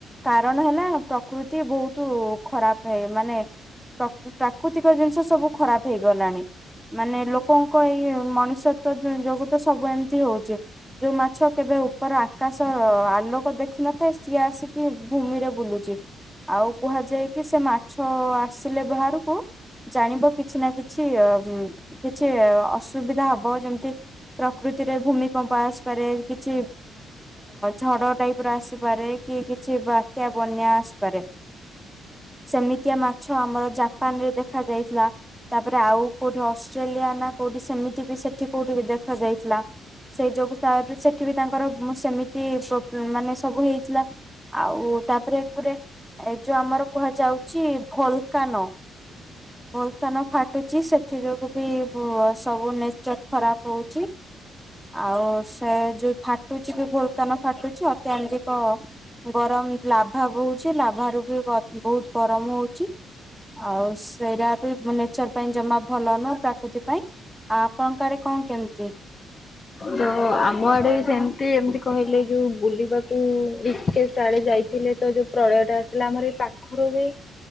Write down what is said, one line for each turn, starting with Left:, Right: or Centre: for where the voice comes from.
Centre: କାରଣ ହେଲା ପ୍ରକୃତି ବହୁତ ଖରାପ ହେଇ ମାନେ ପ୍ରାକୃତିକ ଜିନିଷ ସବୁ ଖରାପ ହେଇଗଲାଣି ମାନେ ଲୋକଙ୍କ ଏଇ ମଣିଷତ ଯୋଗୁ ତ ସବୁ ଏମିତି ହଉଛି ଯୋଉ ମାଛ କେବେ ଉପର ଆକାଶ ଆଲୋକ ପୋକ ଦେଖିନଥାଏ ସିଏ ଆସିକି ଭୂମିରେ ବୁଲୁଛି ଆଉ କୁହାଯାଏ କି ସେ ମାଛ ଆସିଲେ ବାହାରକୁ ଜାଣିବ କିଛି ନା କିଛି କିଛି ଅସୁବିଧା ହବ ଯେମିତି ପ୍ରକୃତିରେ ଭୂମିକମ୍ପ ଆସିପାରେ କିଛି ଝଡ ଟାଇପ ର ଆସିପାରେ କି କିଛି ବାତ୍ୟା ବନ୍ୟା ଆସିପାରେ। ସେମିତିଆ ମାଛ ଆମର ଜାପାନ ରେ ଦେଖା ଯାଇଥିଲା ତାପରେ ଆଉ କଉଠି ଅଷ୍ଟ୍ରେଲିଆ ନା କୋଉଠି ସେମିତି ବି ସେଠି କୋଉଠି ବି ଦେଖ ଯାଇଥିଲା ସେଇ ଯୋଗୁ ସେଠି ବି ତାଙ୍କର ମୁଁ ସେମିତି ମାନେ ସବୁ ହେଇଥିଲା ଆଉ ତାପରେ କଟା ଏଇ ଯୋଉ ଆମର କୁହାଯାଉଛି ଭୋଲକାନ ଭୋଲକାନ ଫାଟୁଛି ସେଥି ଯୋଗୁ ବି ସବୁ ନେଚର ଖରାପ ହଉଛି ଆଉ ସେ ଯୋଉ ଫାଟୁଛି ବି ଭୋଲକାନ ଫାଟୁଛି ଅତ୍ୟଧିକ ଗରମ ଲାଭା ବହୁଛି ଲାଭ ବାରୁ ବି ବହୁତ ଗରମ ହଉଛି। ଆଉ ସେଇଟା ବି ନେଚର ପାଇଁ ଜମା ଭଲ ନୁହ ପ୍ରାକୃତି ପାଇଁ ଆ ଆପଣଙ୍କରେ କଣ କେମିତି?
Left: ତ ଆମ ଆଡେ ବି ସେମିତି ଏମିତି କହିଲେ ଯୋଉ ବୁଲିବାକୁେ ଆଡେ ଯାଇଥିଲେ ତ ଯୋଉ ପ୍ରଳୟ ଟା ଆଥିଲା ଆମର ଏ ପାଖରୁ ବି